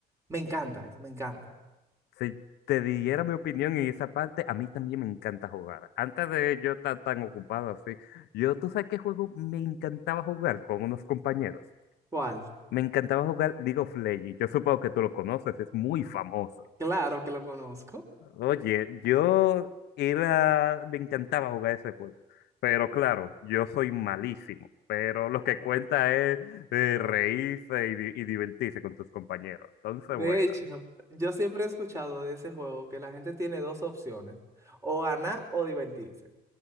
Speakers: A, on the right; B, on the left.
A: Me encanta eso, me encanta.
B: Si te diera mi opinión en esa parte, a mí también me encanta jugar. Antes de yo estar tan ocupado así, yo, ¿tú sabes qué juego me encantaba jugar con unos compañeros?
A: ¿Cuál?
B: Me encantaba jugar League of Legends. Yo supongo que tú lo conoces, es muy famoso.
A: Claro que lo conozco.
B: Oye, yo era, me encantaba jugar ese juego. Pero claro, yo soy malísimo. Pero lo que cuenta es eh, reírse y, di- y divertirse con tus compañeros. Entonces,
A: De
B: bueno.
A: hecho, yo siempre he escuchado de ese juego que la gente tiene dos opciones, o ganar o divertirse.